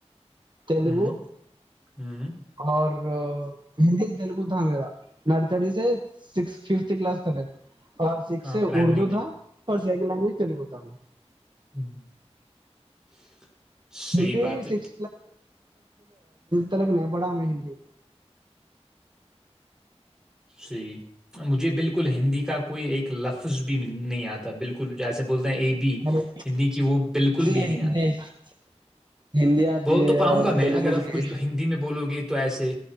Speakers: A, on the right; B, in the centre.
A: تلگو
B: ہوں ہوں
A: اور ہندی تیلگو تھا میرا نرسری سے سک ففت کلاس کلک اور سک
B: ہاں
A: سے
B: پرائمری
A: اردو
B: میں
A: تھا اور سیکن لینگوج چل ہوتا ہ
B: <unintelligible>
A: ہندی
B: بات ہے
A: س ج تک نہیں پڑا جی
B: سی مجھے بالکل ہندی کا کوئی ایک لفظ بھی نہیں آتا بالکل جیسے بولتے ہیں اے بی
A: ارے
B: ہندی کی وہ بالکل بھی
A: ہندی
B: نہیں آتا
A: <unintelligible>
B: بول
A: ہے
B: تو پاؤ
A: اور
B: گا میں
A: تیلگو
B: اگر آپ
A: بھی
B: کچھ ہندی میں بولو گے تو ایسے